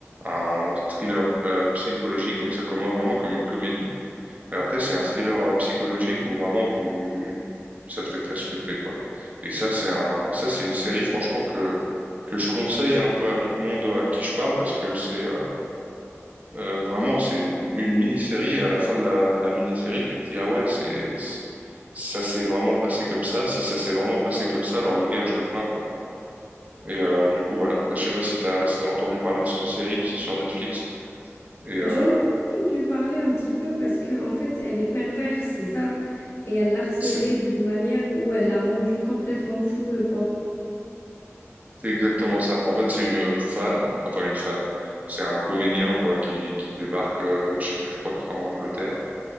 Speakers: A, on the right; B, on the left.
A: un thriller euh, psychologique donc ça commence vraiment comme une comédie et après c'est un thriller euh, psychologique où vraiment tu ça te fait presque flipper quoi et ça c'est un ça c'est une série franchement que que je conseille un peu à tout le monde à qui je parle parce que c'est euh, euh, vraiment, c'est une, une mini-série et à la fin de la, de la mini-série, tu te dis, ah ouais, c'est, c'est- ça s'est vraiment passé comme ça. Si ça s'est vraiment passé comme ça, alors le gars, je le plains, quoi. Et euh, du coup, voilà. Bah, je sais pas si t'as, si t'as entendu parler de cette série, c'est sur Netflix. Et euh,
B: J'en ai entendu parler un petit peu parce que en fait, elle est perverse, c'est ça. Et elle l'harcelait
A: c'est
B: d'une manière où elle l'a rendu complètement fou, le pauvre.
A: c'est exactement ça. En fait, c'est une fan, enfin une fan. C'est un comédien, quoi, qui, qui débarque, euh, je sais plus, je crois que c'est en Angleterre.